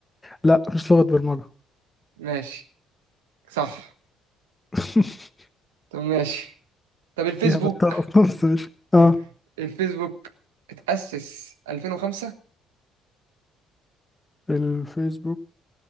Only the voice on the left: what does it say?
لأ مش لغة برمجة
<laughs>
دي هبتها أصلا بس ماشي أه
الفيسبوك